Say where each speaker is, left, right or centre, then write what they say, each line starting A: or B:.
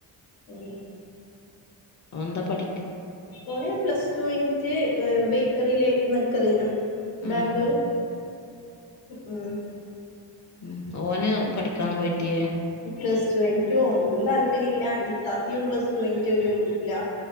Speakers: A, on the left; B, on the left.
A: ഉം
B: വന്ത പഠ
A: ഓന് പ്ലസ് ടു പോയിന്റ്റ് ബേക്കറിൽെ നിക്കലേന
B: ഉം
A: ബാംഗ്ലൂര് ഉ
B: ഉ ഓന് പഠിക്കാന്ന് പോയിറ്റിയേ
A: പ്ലസ് ടു പോയിന്റ് ഓനിക്കും താല്പര്യ ഇല്ലാ ഇത്താത്തിം പ്ലസ് ടുയിന് എവിടെ